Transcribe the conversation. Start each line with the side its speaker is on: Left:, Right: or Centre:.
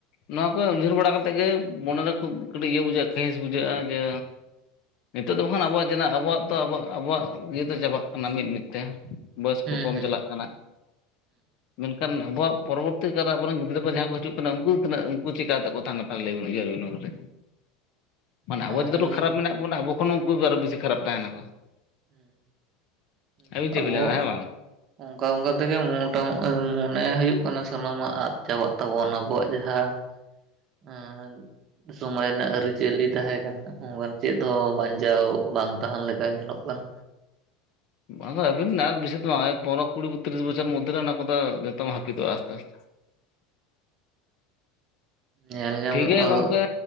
Left: ᱱᱚᱣᱟ ᱠᱚ ᱩᱭᱦᱟᱹᱨ ᱵᱟᱲᱟ ᱠᱟᱛᱮᱜ ᱜᱮ ᱢᱚᱱᱮ ᱨᱮ ᱠᱷᱩᱵ ᱠᱟᱹᱴᱤᱡ ᱤᱭᱟᱹ ᱵᱩᱡᱷᱟᱹᱜ-ᱟ ᱠᱟᱹᱦᱤᱥ ᱵᱩᱡᱷᱟᱹᱜ-ᱟ ᱡᱮ ᱱᱤᱛᱚᱜ ᱫᱚ ᱵᱟᱠᱷᱟᱱ ᱟᱵᱚᱣᱟᱜ ᱡᱟ ᱵᱚᱣᱟᱜ ᱛᱚ ᱟᱵᱚᱣᱟᱜ ᱤᱭᱟᱹᱛᱮ ᱪᱟᱵᱟᱜ ᱠᱟᱱᱟ ᱢᱤᱫ ᱢᱤᱫ ᱛᱮ ᱵᱟᱭᱚᱥ
Right: ᱦᱩᱸ
Left: ᱠᱚ ᱠᱚᱢ
Right: ᱦᱩᱸ
Left: ᱪᱟᱞᱟᱜ ᱠᱟᱱᱟ ᱢᱮᱱᱠᱷᱟᱱ ᱟᱵᱚᱣᱟᱜ᱾ ᱯᱚᱨᱚᱵᱚᱨᱛᱤ ᱠᱟᱞᱨᱮ ᱟᱵᱚᱨ ᱨᱮᱱ ᱜᱤᱫᱽᱨᱟᱹ ᱠᱚ ᱡᱟᱦᱟᱸ ᱠᱚ ᱦᱤᱡᱩᱜ ᱠᱟᱱᱟ ᱩᱱᱠᱩ ᱛᱤᱱᱟᱹᱜ ᱩᱱᱠᱩ ᱪᱤᱠᱟᱛᱮ ᱠᱟᱛᱮ ᱠᱟ ᱛᱟᱦᱮᱱᱟ ᱛᱟᱦᱚᱞᱮ ᱞᱟᱹᱭ ᱩᱭᱦᱟᱹᱨᱤᱱ ᱚᱱᱟ ᱢᱟᱱᱮ
Right: ᱦᱩᱸ
Left: ᱟᱵᱚ ᱡᱚᱛᱚᱴᱟ ᱠᱷᱟᱨᱟᱯ ᱢᱮᱱᱟᱜ ᱵᱚᱱᱟ ᱟᱵᱚ ᱠᱷᱚᱱ ᱩᱱᱠᱩ ᱫᱚ ᱟᱨᱚ ᱵᱮᱥᱤ ᱠᱷᱟᱨᱟᱯ ᱛᱟᱦᱮᱱᱟ ᱠᱚ
Right: ᱦᱮᱸ ᱦᱮᱸ
Left: ᱟᱹᱵᱤᱱ ᱪᱮᱫ
Right: ᱟᱵᱚᱭᱟᱜ
Left: ᱵᱤᱱ ᱞᱟᱹᱭᱫᱟ ᱦᱮᱸ ᱵᱟᱝ
Right: ᱚᱱᱠᱟ ᱚᱱᱠᱟ ᱛᱮᱜᱮ ᱢᱚᱴᱟ ᱢᱚᱱᱮ ᱦᱩᱭᱩᱜ ᱠᱟᱱᱟ ᱥᱟᱱᱟᱢᱟᱜ ᱟᱫ ᱪᱟᱵᱟᱜ ᱛᱟᱵᱚᱱ ᱟᱵᱚᱣᱟᱜ ᱡᱟᱦᱟᱸ ᱟ <unintelligible> ᱥᱚᱢᱟᱡ ᱨᱮᱱᱟᱜ ᱟᱹᱨᱤᱪᱟᱹᱞᱤ ᱛᱟᱦᱮᱸ ᱠᱟᱱᱟ ᱚᱱᱠᱟ ᱪᱮᱫ ᱦᱚᱸ ᱵᱟᱧᱪᱟᱣ ᱵᱟᱝ ᱛᱟᱦᱮᱱ ᱞᱮᱠᱟ ᱧᱮᱞᱚᱜ ᱵᱟᱝ
Left: ᱵᱟᱝ ᱟᱵᱤᱱ ᱟᱨ ᱵᱮᱥᱤ ᱫᱚ ᱵᱟᱝ ᱯᱚᱱᱮᱨᱚ ᱠᱩᱲᱤ ᱛᱤᱨᱤᱥ ᱵᱚᱪᱷᱚᱨ ᱢᱚᱫᱽᱷᱮᱨᱮ ᱚᱱᱟ ᱠᱚ ᱫᱚ ᱡᱚᱛᱚᱢ ᱦᱟᱹᱯᱤᱫᱚᱜᱼᱟ ᱟᱥᱛᱮᱼᱟᱥᱛᱮ᱾
Right: ᱧᱮᱞ ᱧᱟᱢᱚᱜᱼᱟ
Left: ᱴᱷᱤᱠ ᱜᱮᱭᱟ
Right: ᱟᱫᱚ
Left: ᱜᱚᱝᱠᱮ᱾